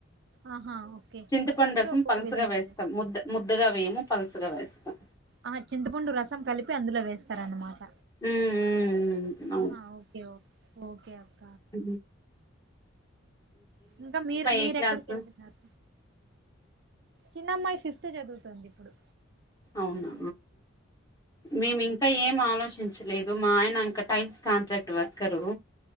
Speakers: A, on the right; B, on the left.
A: ఆహా ఓకే
B: చింతపండు
A: ఒక్కొక్కరు
B: రసం
A: ఒక్కొక్క
B: పలుసగా
A: విధంగా
B: వేస్తాం
A: చేస్తారు
B: ముద్ద ముద్దగా వేయము పలుసగా వేస్తాం
A: ఆహా చింతపండు రసం కలిపి అందులో వేస్తార అన్నమాట
B: ఉమ్ ఉమ్
A: ఆహా ఓకే ఓకే ఓకే
B: అ
A: ఇంకా మీరు మీరెక్కడికి
B: ఏ క్లాసు
A: వెళ్తున్నారు చిన్నమ్మాయి ఫిఫ్త్ చదువుతుంది ఇప్పుడు
B: అవునా మేమి ఇంకా ఏం ఆలోచన చలేదు మా ఆయన ఇంకా టైల్స్ కాంట్రాక్ట్ వర్కరు